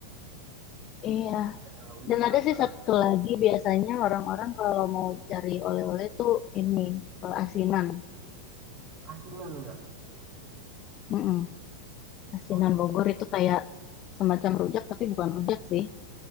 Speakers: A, on the left; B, on the right.
A: Iya.
B: Ada wisata
A: Dan ada sih satu lagi biasanya orang-orang kalau mau cari oleh-oleh tuh ini eh, asinan.
B: asinan nggak
A: Mm-mm. Asinan
B: Om,
A: Bogor itu kayak semacam rujak, tapi bukan rujak sih.